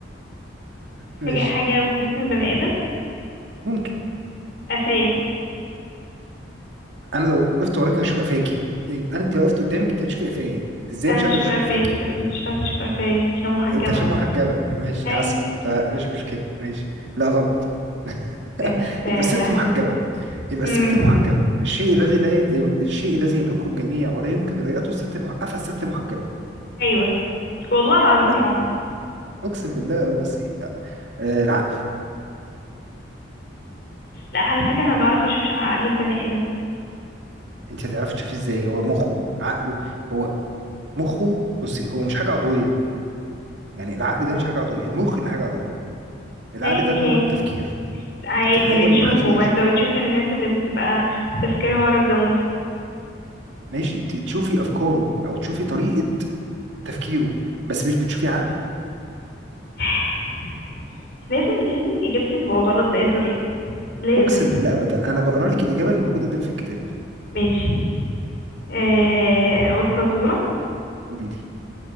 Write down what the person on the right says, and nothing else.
ماشي
ممكن
انا لو وقفت وراك هشوف قفاكي يعني انا انت لو وقفت قدامك انت هتشوفي قفايا ازاي
مش هقدر
اشوف
قفاكي
انت عشان محجبه ماشي
عسل ده مش مشكله ماشي لا غلط <laughs>
يبقى الست
المحجبه يبقى
الست المحجبه الشيء الذي لا ي... الشيء الذي يملكه الجميع ولا يمكن رؤيته الست المحجبه الست المحجبه
لا
اقسم بالله اه بس ايه لا آه العقل
انت هتعرفي تشوفيه ازاي هو مخه عقله هو مخه بصي هو مش حاجه عضويه يعني العقل ده مش حاجه عضويه المخ اللي حاجه عضويه العقل
ده اللي
هو التفكير
فدي حاجة
محدش بيقدر
يشوفها
ماشي ت- تشوفي أفكاره أو تشوفي طريقة تفكيره بس مش بتشوفي عقله
أقسم بالله أبدا أنا بقرا لك الإجابة اللي موجودة قدام في الكتاب
قولي لي